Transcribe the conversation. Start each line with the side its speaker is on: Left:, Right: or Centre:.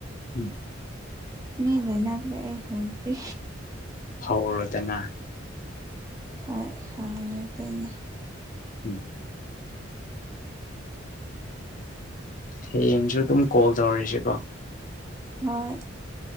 Left: ꯎꯝ
Right: ꯃꯤ ꯂꯣꯏꯅꯒ꯭ꯔꯦ ꯑꯩ ꯍꯧꯗꯔꯤ
Left: ꯍꯧꯔꯣꯗꯅ
Right: ꯍꯣꯏ ꯍꯧꯔꯗꯣꯏꯅꯦ
Left: ꯎꯝ ꯍꯌꯦꯡꯁꯨ ꯑꯗꯨꯝ ꯀꯣꯜ ꯇꯧꯔꯁꯤꯀꯣ
Right: ꯍꯣꯏ